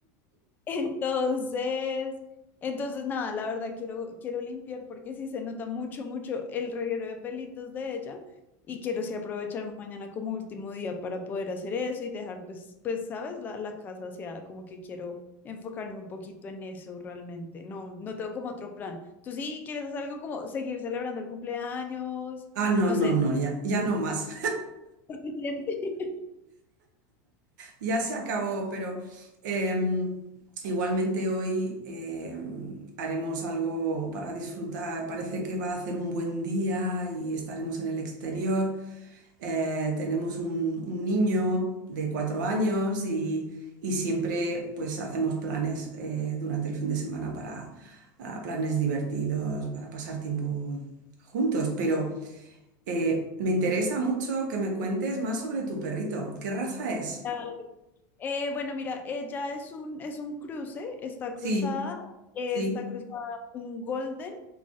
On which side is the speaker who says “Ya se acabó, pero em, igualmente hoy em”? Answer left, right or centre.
Right